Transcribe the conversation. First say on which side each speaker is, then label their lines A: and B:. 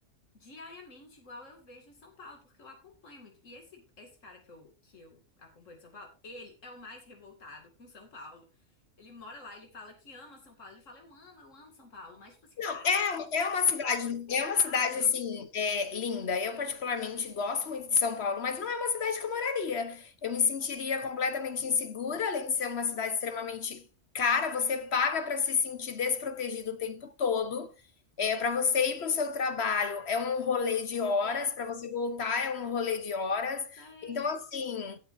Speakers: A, on the left; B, on the left.
A: diariamente, igual eu vejo em São Paulo, porque eu acompanho muito. E esse, esse cara que eu, que eu acompanho de São Paulo, ele é o mais revoltado com São Paulo. Ele mora lá, ele fala que ama São Paulo. Ele fala, eu amo, eu amo São Paulo. Mas, tipo assim,
B: Não,
A: tá
B: é, é uma cidade,
A: sustentável.
B: é uma cidade assim, é, linda. Eu particularmente gosto muito de São Paulo, mas não é uma cidade que eu moraria. Eu me sentiria completamente insegura, além de ser uma cidade extremamente cara, você paga para se sentir desprotegido o tempo todo. É, para você ir para o seu trabalho é um rolê de horas,
A: É,
B: para você voltar é um rolê de horas.
A: justamente.
B: Então, assim,